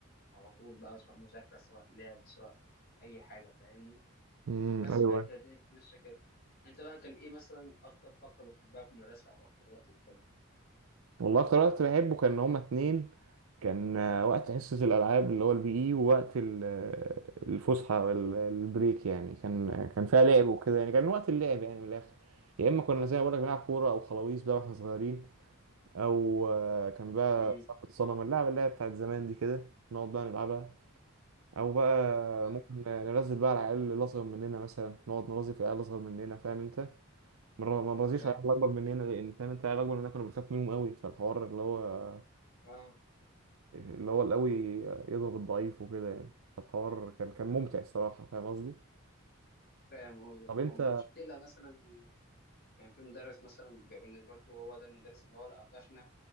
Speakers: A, on the left; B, on the right.
A: على طول بقى سواء مذاكرة سواء لعب سواء أي حاجة فاهمني
B: امم
A: بس
B: ايوه
A: فهي كانت الدنيا كانت ماشية كده أنت بقى كان إيه مثلا أكتر فقرة بتحبها في المدرسة أو أكتر وقت بتحبه؟
B: والله اكتر وقت بحبه كان هما اتنين كان آه، وقت حصة الألعاب اللي هو البي إي ووقت ال- آه، الفسحة والبريك يعني كان آه، كان فيها لعب وكده يعني كان وقت اللعب يعني من الآخر يا إما كنا زي ما بقولك بنلعب كورة أو خلاويص بقى واحنا صغيرين او آه، كان بقى
A: امم
B: صاحبة صنم اللعبة اللي هي بتاعت زمان دي كده نقعد بقى نلعبها او بقى
A: فاهم
B: ممكن ننزل بقى على العيال اللي اصغر مننا مثلا نقعد نرازي في العيال الاصغر مننا فاهم انت ما نر- ما نرازيش
A: فاهم
B: على العيال الاكبر مننا لان فاهم انت العيال الاكبر مننا كنا بنخاف منهم قوي فالحوار اللي هو
A: أه
B: اللي هو القوي يضرب الضعيف وكده يعني فالحوار كان كان ممتع الصراحة فاهم قصدي
A: فاهم قصدك
B: طب انت
A: أه ما كنتش بتقلق مثلا كان في مدرس مثلا بيبقى بالنسبة لكم هو ده المدرس اللي هو لا قفشنا